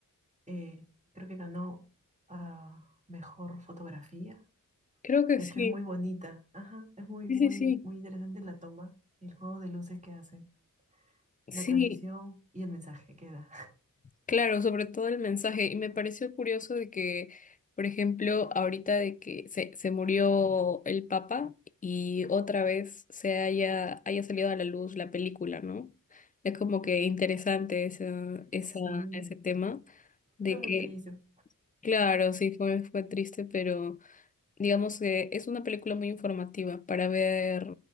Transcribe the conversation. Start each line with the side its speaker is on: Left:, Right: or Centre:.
Right: eh, creo que ganó a mejor fotografía.
Left: Creo que
Right: De
Left: sí.
Right: hecho, es muy bonita. Ajá, es muy,
Left: Sí,
Right: muy,
Left: sí, sí.
Right: muy interesante la toma, el juego de luces que hacen,
Left: Sí.
Right: la transición y el mensaje que da. <laughs>
Left: Claro, sobre todo el mensaje. Y me pareció curioso de que, por ejemplo, ahorita de que se, se murió el Papa y otra vez se haya, haya salido a la luz la película, ¿no? Es como que interesante esa, esa,
Right: Sí,
Left: ese tema de
Right: fue muy
Left: que,
Right: triste.
Left: claro, sí fue, fue triste, pero digamos que es una película muy informativa para ver